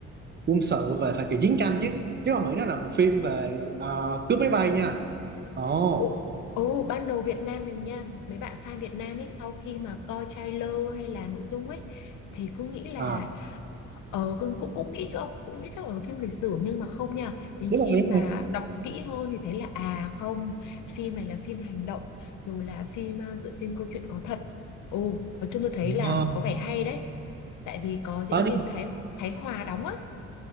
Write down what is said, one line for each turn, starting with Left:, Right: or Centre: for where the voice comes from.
Right: quân sự về thời kỳ chiến tranh chứ chứ không nghĩ nó là một phim về ờ, cướp máy bay nha ồ
Left: Ồ, ồ, ban đầu Việt Nam mình nha mấy bạn fan Việt Nam ấy sau khi mà coi trailer hay là nội dung ấy thì cứ nghĩ là
Right: à
Left: Ờ, cũng, cũng cũng nghĩ không cũng nghĩ chắc là phim lịch sử nhưng mà không nha đến
Right: đúng
Left: khi
Right: rồi
Left: mà
Right: đúng rồi
Left: đọc kỹ hơn thì thấy là à không phim này là phim hành động rồi là phim ờ, dựa trên câu chuyện có thật ồ nói chung tôi thấy là
Right: Ờ,
Left: có vẻ hay đấy tại vì có diễn
Right: Ờ,
Left: viên
Right: nhưng mà-
Left: Thái Thái Hòa đóng á